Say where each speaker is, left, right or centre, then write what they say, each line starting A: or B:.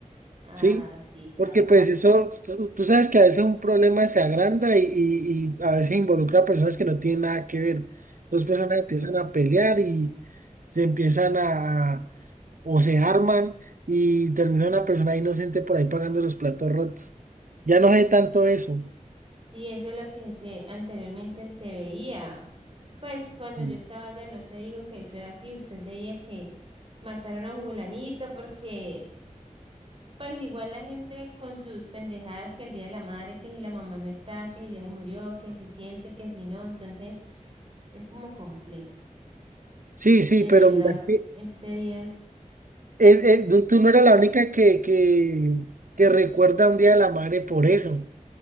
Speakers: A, on the right (about 45°); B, on the right (about 80°).
A: Ah,
B: Sí,
A: sí, claro,
B: porque pues eso, tú, tú sabes que a veces un problema se agranda y, y- y a veces involucra a personas que no tienen nada que ver. Dos personas empiezan a pelear y se empiezan a, a- o se arman y termina una persona inocente por ahí pagando los platos rotos. Ya no sé tanto eso.
A: Y eso es lo que se anteriormente se veía. Pues cuando
B: Mm.
A: yo estaba allá, no te digo que eso era así, usted veía que mataron a Jugolanito porque pues igual la gente con sus pendejadas que el día de la madre, que si la mamá no está, que si ya se murió, que si siente, que si no, entonces es como complejo.
B: Sí, sí,
A: Celebrar
B: pero mira que
A: este día es
B: es- es- tú tú no eras la única que, que, que recuerda un día a la madre por eso.